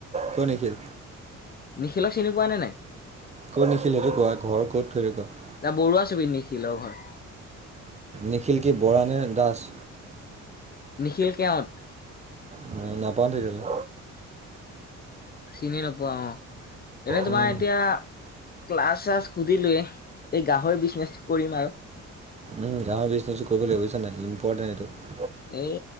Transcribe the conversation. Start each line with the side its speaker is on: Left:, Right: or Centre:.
Right: ক'ৰ নিখিল?
Left: নিখিলক চিনি পোৱা নে নাই
Right: ক'ত নিখিল সেইটো কোৱা ঘৰ ক'ত সেইটো কোৱা
Left: এটা বৰুৱা চুবুৰিত নিখিলৰ ঘৰ
Right: নিখিল কি বৰা নে দাস
Left: নিখিল কেওঁট
Right: ম নাপাওঁ তেতিয়াহ'লে
Left: চিনি নোপোৱা অ এনেই
Right: উম,
Left: তোমাৰ এতিয়া ক্লাছ চ্লাছ সুধিলোয়ে এই গাহৰি বিজনেচ কৰিম আৰু
Right: উ গাহৰি বিজনেছটো কৰিব লাগিব বুইছ নাই ইম্পৰ্টেণ্ট এইটো
Left: এই